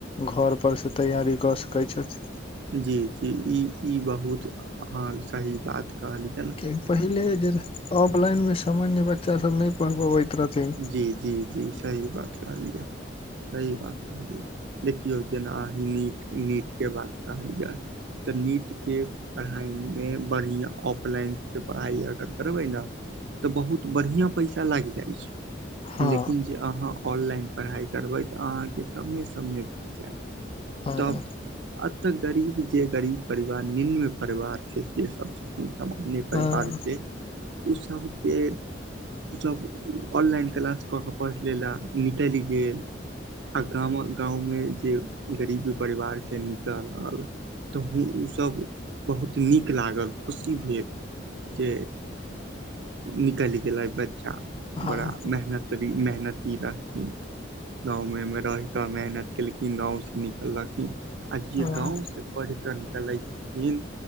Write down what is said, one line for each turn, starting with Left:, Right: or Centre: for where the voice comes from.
Left: घर पर से तैयारी कऽ सकै छैथ।
Right: जी -जी, ई -ई बहुत अहाँ सही बात कहलिय।
Left: के पहिले जे ऑफलाइन मे सामान्य बच्चा सब न पढ़ बबैत रहथिन।
Right: जी जी जी सही बात कहलीया। सही बात कहलिय देखियौ जेना अहि नीट- नीट के बात कहलियै। तऽ नीटके- - पढ़ाइमे बढ़ियाँ ऑफलाइनसँ पढ़ाइ अगर करबै न- - तऽ बहुत बढ़ियाँ पैसा लागि जाइ छैई।
Left: हँ
Right: लेकिन जे अहाँ ऑनलाइन पढ़ाइ करबै तऽ अहाँके कमे समे भऽ जायत।
Left: हँ
Right: तब एतऽ गरीब जे गरीब परिवार निम्न परिवार छै सेसब छैई। जे छब अपने परिवार
Left: हँ
Right: छै उसब के उसब ऑनलाइन क्लास कऽ केऽ पढ़ लेला निकलि गेल। आ गाम गाँव मे जे गरीब परिवार छै निकल। तऽ हूँ ओसभ बहुत नीक लागल खुशी भेल जे निकल गेलै बच्चा
Left: हँ
Right: बड़ा मेहनत भी मेहनती रहथिन गाँव मे रहि का मेहनत केलखिन गाँव से निकललखिन आ जे
Left: हँ
Right: गाँव स जे पढिके निकलखिन